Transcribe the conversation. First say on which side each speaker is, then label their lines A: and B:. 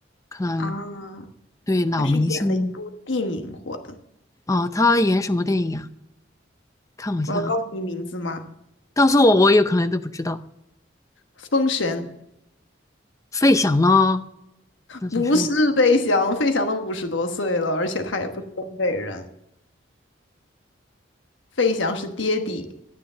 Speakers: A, on the left; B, on the left.
A: 可能
B: 啊。
A: 对老明星
B: 他是演了一部电影火的。
A: 啊，他演什么电影啊？看我一下啊。
B: 我要告诉你名字吗？
A: 告诉我，我有可能都不知道。
B: 封神
A: 费翔呢？那就是
B: 不是费翔，费翔都五十多岁了，而且他也不是东北人。费翔是爹地，